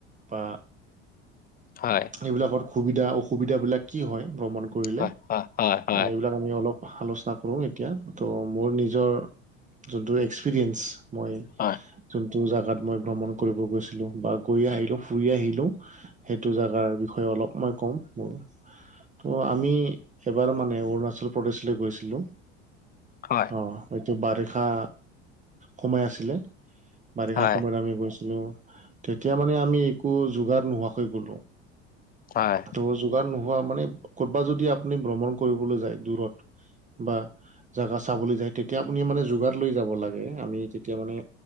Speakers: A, on the right (about 20°); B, on the left (about 25°).
A: বা
B: হয়।
A: এইবিলাকৰ সুবিধা অসুবিধাবিলাক কি হয় ভ্ৰমণ কৰিলে
B: হয় হয় হয় হয়
A: এইবিলাক আমি অলপ আলোচনা কৰোঁ এতিয়া তো মোৰ নিজৰ যোনতো এক্সপিৰেচ। মই
B: হয়
A: যোনটো জাগাত মই ভ্ৰমণ কৰিব গৈছিলো বা। বা গৈ আহিলোঁ ফুৰি আহিলোঁ সেইটো জাগাৰ বিষয়ে অলপ মই ক'ম মোৰ। ত' আমি এবাৰ মানে অৰুণাচল প্ৰদেশলৈ গৈছিলোঁ।
B: হয়
A: অহ সেইটো বাৰিষা কমাই আছিলে। বাৰিষা
B: হয়
A: সময়ত আমি গৈছিলো তেতিয়া মানে আমি একো যোগাৰ নোহোৱাকৈ গ'লো।
B: হয়
A: নো যোগান নোহোৱা মানে কৰ'বাত যদি আপুনি ভ্ৰমণ কৰিবলৈ যায় দূৰত বা। জাগা চাবলৈ যায় তেতিয়া আপুনি মানে যোগান লৈ যাব লাগে আমি তেতিয়া মানে।